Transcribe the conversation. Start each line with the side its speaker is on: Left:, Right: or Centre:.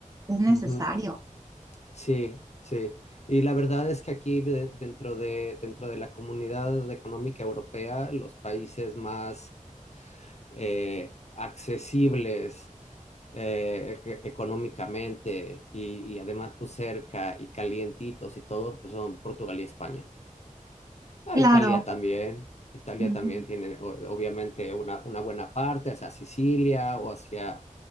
Right: es necesario.
Left: ujú. Sí, sí. Y la verdad es que aquí de- dentro de, dentro de la comunidad económica europea, los países más eh, accesibles eh, e- económicamente y, y además pues cerca y calientitos y todo, pues son Portugal y España. Ah,
Right: Claro.
Left: Italia también. Italia
Right: ujú.
Left: también tiene o- obviamente una, una buena parte hacia Sicilia o hacia,